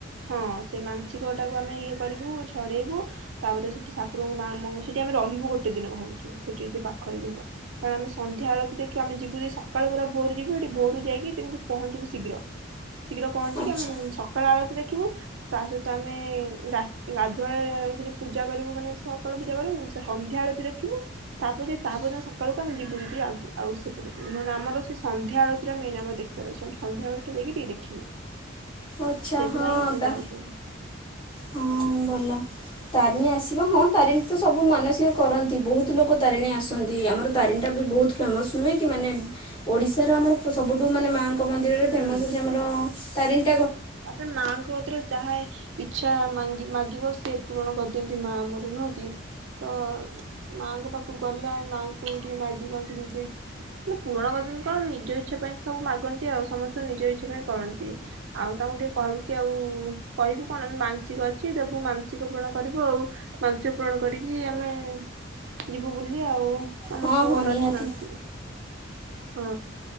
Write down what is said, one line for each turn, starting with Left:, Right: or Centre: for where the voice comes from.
Right: ହଁ ସେଇ ଛିିକଟାକୁ ଆମେ ଇଏ କରିବୁ ଛଡ଼େଇବୁ। ତାପରେ ସେଠିଠାକୁରଙ୍କୁ ମା ମଙ୍ଗଙ୍କୁ ସେଠି ଆମେ ରହିବୁ ଗୋଟେ ଦିନ ଭାବୁ ସେଠି ଯଦି ପାଖରେ ଯିବ। କାରଣ ଆମେ ସନ୍ଧ୍ୟାଳେ ଯେଦି ଦେଖିବା ଆମେ ଯିବୁଯେ ସଖାଳୁ ପୁରା ଭୋରୁ ଯିବୁ ହେଟି ଭୋରୁ ଯାଇକି ଯେମିତି ପହଞ୍ଚିବୁ ଶୀଘ୍ର। ଶୀଘ୍ର ପହଞ୍ଚିକି
Left: ଆଚ୍ଛା।
Right: ଆମେ ସକାଳ ଆଳତି ଦେଖିବୁ ତା ସହି ତ ଆମେ ରା ଗାଧୁଆଳେ ସେଠି ପୂଜା କରିବୁ ମାନେ ସକାଳୁ ପୂଜା କରୁମୁ ସନ୍ଧ୍ୟା ଆଳତିୀ ଦେଖିବୁ। ତାପରେ ତାପରଦିନ ସକାଳକୁ ଆମେ ଯିବୁ ଯଦି ଆ ଆଉ ସେପଟକୁ ନହେନେ ଆମର ସେ ସନ୍ଧ୍ୟା ଆଳତୀରେ ମେନ୍ ଆମର ଦେ ଫେରେ ସବୁ ସନ୍ଧ୍ୟାବେଳଠୁ ଯାଇକି ଟିକେ ଦେଖିବୁ
Left: ଆଚ୍ଛା
Right: ସେଥିପାଇଁ
Left: ହଁ
Right: ଆମେ
Left: ତା
Right: ଯାଉଚୁ।
Left: ହଁ ଭଲ। ତାରିଣୀ ଆସିବ ହଁ ତାରିଣୀତ ସବୁ ମାନସିକ କରନ୍ତି ବହୁତ୍ ଲୋକ ତାରିଣୀ ଆସ ଆସନ୍ତି ଆମର
Right: ହୁଁ
Left: ତାରିଣଟାବି ବହୁତ୍ ଫେମସ୍ ନୁହେଁକି ମାନେ ଓଡ଼ିଶାର ଆମର ସବୁଠୁ ମାନେ ମାଁଙ୍କ ମନ୍ଦିରରେ
Right: ହୁଁ।
Left: ଫେମସ୍ ହୋଉଚି ଆମର ତାରିନୀ।
Right: ତାପରେ ମାଁଙ୍କ କତିରେ ଯାହାେ ଇଚ୍ଛା ମାଙ୍ଗି ମାଗିବ ସେପୂରଣ କରିଦିଅନ୍ତି ମା ଆମର ନୁହଁକି। ତ ମାଁଙ୍କ ପାଖକୁ ଗଲେ ଆମେ ମାଆଙ୍କୁ ଟିକେ ମାଗି ଆଙ୍କିଯେଇଛୁ। ମାନେ ପୁରଣ କରିଦିଅନ୍ତି କଣ ନିଜ ଇଚ୍ଛା ପାଇଁତ ସବୁ ମାଗନ୍ତି ଆଉ ସମସ୍ତେ ନିଜ ଇଚ୍ଛା ପାଇଁ କରନ୍ତି। ଆଉ ତାଙ୍କୁ ଟିକେ କହିବୁକି ଆଉ କହିବୁ କଣ ଆମେ ମାନସିକ ଅଛି ଦବୁ ମାନସିକ ପୂରଣ କରିବୁ ଆଉ। ମାନସିକ ପୂରଣ କରିକି ଆମେ ଯିବୁ ବୁଲି ଆଉ। ଆମ
Left: ହଁ
Right: ପୁଅର
Left: ହଁ ନିହାତି
Right: ଅଛି ମାନସିକ। ହଁ